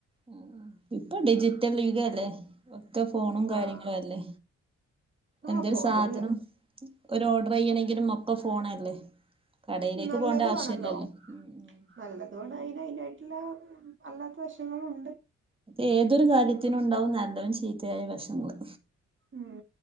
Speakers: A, on the right (about 20°); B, on the right (about 40°).
A: അ ആ ഇപ്പൊ ഡിജിറ്റൽ യുഗല്ലേ <inaudible> ഇന്ന് ഫോണും കാര്യങ്ങളു
B: ആഹ്
A: അല്ലെ എന്തൊരു
B: ആഹ് ഫോൺ
A: സാധനം
B: ഒരു
A: ഒരു ഓഡർ ചെയ്യ്ണെങ്കിലും ഒ ഇപ്പൊ ഫോണല്ലേ കടയിലേക്ക്
B: നല്ലതു
A: പോകേണ്ട ആവശ്യല്ലല്ലോ
B: ആണല്ലോ
A: ഉം ഉം
B: നല്ലതും അതിന് അതിനായിട്ടുള്ള അല്ലാത്ത വശങ്ങളും
A: യേതൊരു കാര്യത്തിനുണ്ടാവും നല്ലവും നല്ലതും ചീത്തയും ചീത്തയായ വശങ്ങള്
B: ഉം